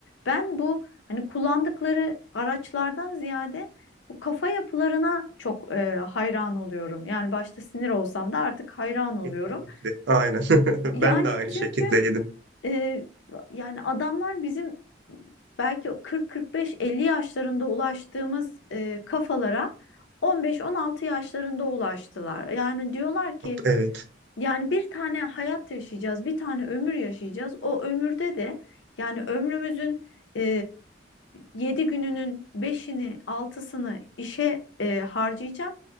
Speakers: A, on the left (about 85°); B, on the right (about 65°).
A: ben bu Hani kullandıkları araçlardan ziyade bu kafa yapılarına çok e, hayran oluyorum. Yani başta sinir olsam da artık hayran oluyorum.
B: Kesinlikle. Aynen. <laughs>
A: Yani
B: Ben de aynı
A: çünkü
B: şekildeydim.
A: e, yani adamlar bizim belki 40-45-50 yaşlarında ulaştığımız e, kafalara 15-16 yaşlarında ulaştılar. Yani diyorlar ki
B: Evet.
A: yani bir tane hayat yaşayacağız, bir tane ömür yaşayacağız. O ömürde de yani ömrümüzün e, 7 gününün beşini, altısını işe e, harcayacağım.